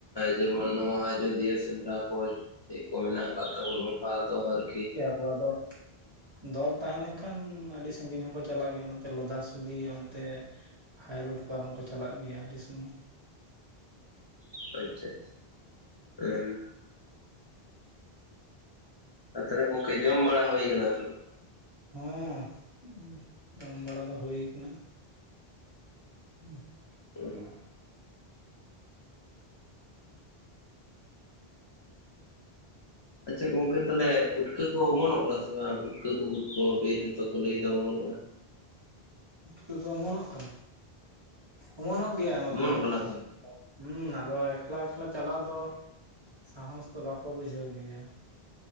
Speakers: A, on the left; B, on the right.
A: ᱡᱮᱢᱚᱱ ᱱᱚᱣᱟ ᱟᱡᱚᱫᱤᱭᱟᱹ ᱥᱮᱸᱫᱽᱨᱟ ᱠᱚ ᱪᱮᱫ ᱠᱚ ᱢᱮᱱᱟᱜ ᱟᱠᱟᱫ ᱛᱟᱵᱚᱱᱟ ᱚᱱᱠᱟ ᱫᱚ ᱟᱨᱠᱤ,
B: ᱠᱚᱣᱟᱜ ᱫᱚ ᱫᱚᱞ ᱛᱟᱦᱮᱸ ᱞᱮᱱᱠᱷᱟᱱ ᱟᱹᱰᱤ ᱥᱟᱺᱜᱤᱧ ᱦᱚᱸᱠᱚ ᱪᱟᱞᱟᱜ ᱜᱮᱭᱟ ᱱᱚᱛᱮ ᱞᱚᱫᱟᱥᱩᱞᱤ ᱚᱱᱛᱮ, ᱦᱟᱭᱨᱳᱰ ᱯᱟᱨᱚᱢ ᱠᱚ ᱪᱟᱞᱟᱜ ᱜᱮᱭᱟ ᱟᱹᱰᱤ ᱥᱳᱢᱭ,
A: ᱟᱪᱪᱷᱟ ᱟᱪᱪᱷᱟ ᱟᱨ ᱟᱨ ᱛᱟᱦᱚᱞᱮ ᱜᱚᱝᱠᱮ ᱡᱚᱢ ᱵᱟᱲᱟ ᱦᱩᱭ ᱟᱠᱟᱱᱟ ᱥᱮ ᱵᱟᱝ,
B: ᱦᱚᱸ ᱡᱚᱢ ᱵᱟᱲᱟ ᱫᱚ ᱦᱩᱭ ᱠᱟᱱᱟ <inaudible>
A: <unintelligible> ᱟᱪᱪᱷᱟ ᱜᱚᱝᱠᱮ ᱛᱟᱦᱞᱮ ᱯᱩᱴᱠᱟᱹ ᱠᱚ ᱚᱢᱚᱱᱚᱜ ᱠᱟᱱᱟ ᱥᱮ ᱵᱟᱝ ᱯᱩᱴᱠᱟᱹ ᱠᱚ ᱩᱫ ᱠᱚ <unintelligible> ᱞᱟᱹᱭ ᱫᱚ ᱚᱢᱚᱱᱚᱜᱼᱟ
B: ᱱᱤᱛᱚᱜ ᱫᱚ ᱚᱢᱚᱱᱚᱜ ᱠᱟᱱᱟ ᱚᱢᱚᱱᱚᱜ ᱜᱮᱭᱟ ᱱᱚᱛᱮ
A: ᱚᱢᱚᱱᱚᱜ
B: ᱫᱚ
A: ᱠᱟᱱᱟ ᱠᱚ
B: ᱦᱩᱸ ᱟᱫᱚ ᱮᱠᱞᱟ ᱮᱠᱞᱟ ᱪᱟᱞᱟᱣ ᱫᱚ ᱥᱟᱦᱚᱥ ᱫᱚ ᱵᱟᱠᱚ ᱵᱩᱡᱷᱟᱹᱣ ᱜᱮᱭᱟ ᱾